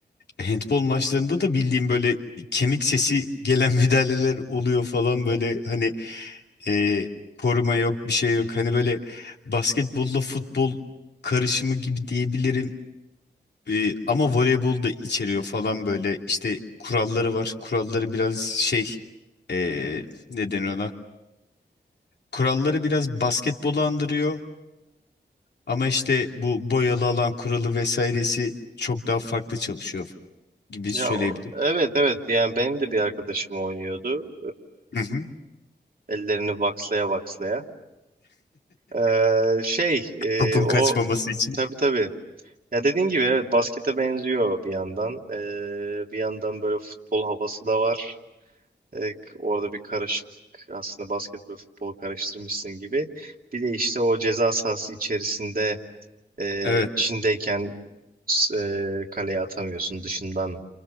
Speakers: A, on the left; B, on the right.
A: Handbol maçlarında da bildiğim böyle kemik sesi gelen <laughs> müdahaleler oluyor falan böyle hani e, koruma yok bir şey yok. Hani böyle basketbolla futbol karışımı gibi diyebilirim. E, ama voleybol da içeriyor falan böyle işte kuralları var. Kuralları biraz şey e, ne denir ona? Kuralları biraz basketbolu andırıyor ama işte bu boyalı alan kuralı vesairesi çok daha farklı çalışıyor gibi
B: Ya
A: söyleyebilirim.
B: o- evet evet yani benim de bir arkadaşım oynuyordu.
A: Hı hı.
B: Ee, ellerini vakslaya vakslaya. Ee, şey e,
A: Topun
B: o
A: kaçmaması için.
B: tabii tabii. Ya dediğin gibi evet baskete benziyor bir yandan. Ee, bir yandan böyle futbol havası da var. Ee, orada bir karışıklık aslında basket ve futbolu karıştırmışsın gibi. Bir de işte o ceza sahası içerisinde e,
A: Evet,
B: içindeyken e, kaleye atamıyorsun dışından